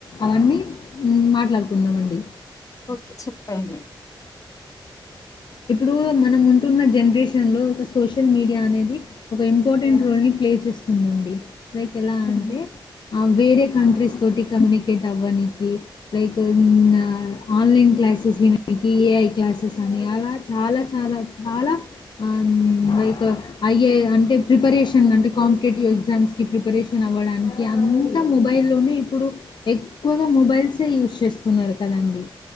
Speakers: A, on the left; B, on the left.
A: అవన్ని ఉం మాట్లాడుకుందాంమన్ ఒ
B: ఓకె చెప్పండి.
A: ఇప్పుడు మనం ఉంటున్న జనరేషన్ లో ఒక సోషల్ మీడియా అనేది ఒక ఇంపార్టెంట్ రోల్ ని ప్లే చేస్తుందండి. లైక్ ఎలా
B: హ్మ్.
A: అంటె వేరే కంట్రీస్ తోటి కమ్యూనికేట్ అవ్వనీకి లైక్ ఉం ఆ ఆన్లైన్ క్లాసెస్ విననీకి ఏఐ క్లాస్ స్ అని అలా చాలా చాలా చాలా ఉం లైక్ ఐఏ అంటే ప్రిపరేషన్ అంటే కాంపిటేటివ్ ఎగ్జామ్స్కి ప్రిపరేషన్ అవ్వడానికి అంతా మొబైల్లోనే ఇప్పుడు. ఎక్కువగా మొబైల్స్ ఎ యూస్ చేస్ తున్నారు కదండి.